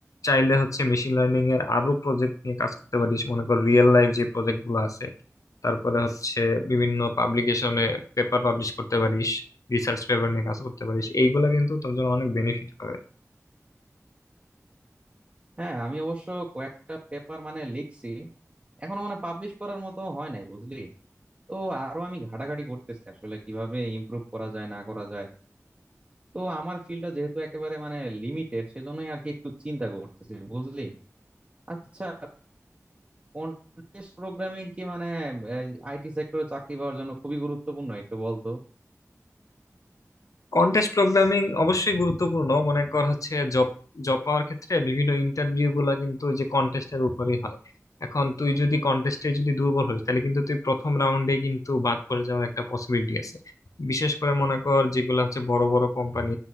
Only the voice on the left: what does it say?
চাইলে হচ্ছে মেশিন লার্নিং এর আরো প্রজেক্ট নিয়ে কাজ করতে পারিস মনে কর রিয়েল লাইফ যে প্রজেক্ট গুলো আছে তারপরে হচ্ছে বিভিন্ন পাবলিকেশনে পেপার পাবলিশ করতে পারিস রিসার্চ পেপার নিয়ে কাজ করতে পারিস এইগুলা কিন্তু তোর জন্য অনেক বেনিফিট হবে
কন্টেস্ট প্রোগ্রামিং অবশ্যই গুরুত্বপূর্ণ মনে কর হচ্ছে জব জব পাওয়ার ক্ষেত্রে বিভিন্ন ইন্টারভিউ গুলা কিন্তু ওই যে কন্টেস্টের উপরই হয় এখন তুই যদি কন্টেস্টে যদি দুর্বল হস তাহলে কিন্তু তুই প্রথম রাউন্ডে কিন্তু বাদ পড়ে যাওয়ার একটা পসিবিলিটি আছে বিশেষ করে মনে কর যেগুলো হচ্ছে বড় বড় কোম্পানি